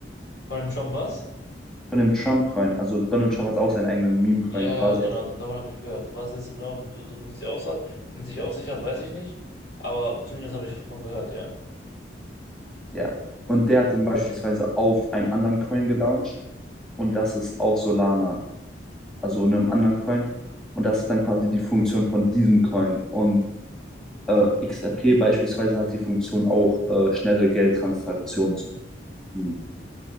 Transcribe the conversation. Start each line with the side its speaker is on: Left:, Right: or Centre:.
Left: Von dem Trump was?
Centre: Von dem Trump-Coin. Also Donald Trump hat auch seinen eigenen Meme-Coin
Left: Ja,
Centre: quasi.
Left: ja, genau, da- davon habe ich gehört. Was jetzt genau so so mit sich auf hat, mit sich auf sich hat, weiß ich nicht. Aber zumindest habe ich davon gehört, ja.
Centre: Ja. Und der hat den beispielsweise auf einem anderen Coin gelauncht. Und das ist auf Solana, also einem anderen Coin. Und das ist dann quasi die Funktion von diesem Coin. Und Äh, XRP beispielsweise hat die Funktion auch, äh, schnelle Geldtransaktionen, um